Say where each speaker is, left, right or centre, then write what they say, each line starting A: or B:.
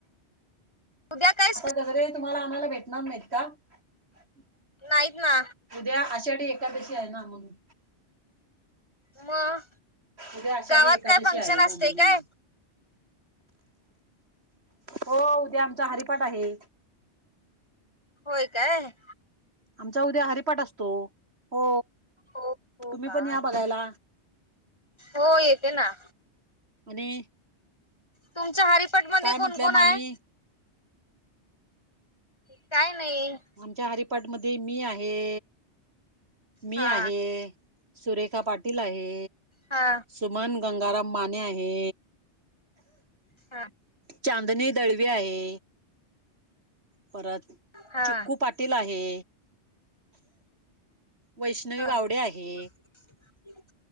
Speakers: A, on the left; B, on the right.
A: उद्या काय स्पेशल?
B: सदरे तुम्हाला आणायला भेटणार नाहीत का? हम्.
A: नाहीत ना.
B: उद्या आषाढी एकादशी आहे ना म्हणून.
A: मग
B: उद्या आषाढी
A: गावात
B: एकादशी
A: काय फंक्शन
B: आहे हो
A: असते
B: म्हणून.
A: काय
B: हो उद्या आमचा हरिपाट आहे.
A: होय काय?
B: आमचा उद्या हरिपाट असतो. हो.
A: हो. हो
B: तुम्ही
A: का?
B: पण या बघायला
A: हो येते ना.
B: आणि?
A: तुमच्या हरिपाठ मध्ये
B: काय
A: कोण
B: म्हंटल्या
A: कोण
B: मामी
A: आहे? काय नाही.
B: आमच्या हरिपाठ मध्ये मी आहे मी
A: हा
B: आहे. सुरेखा पाटील आहे.
A: हा
B: सुमन गंगाराम माने आहे.
A: हा
B: चांदने दळवे आहे. परत
A: हा
B: चिक्कू पाटील आहे. वैष्णवी
A: हा
B: गावडे आहे.
A: <inaudible>